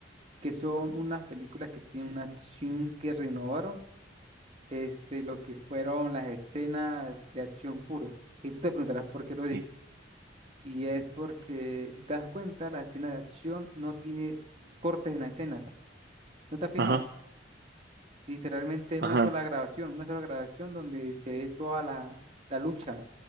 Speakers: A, on the right; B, on the right.
A: que son unas películas que tienen una acción que renovaron este, lo que fueron las escenas de acción puro. Y tú te preguntarás por qué lo
B: Sí.
A: digo. Y es porque, si te das cuenta, la escena de acción no tiene cortes en las escenas. ¿No te has fijado?
B: Ajá,
A: Literalmente es
B: ajá,
A: una sola grabación, una sola grabación donde se ve toda la, la lucha,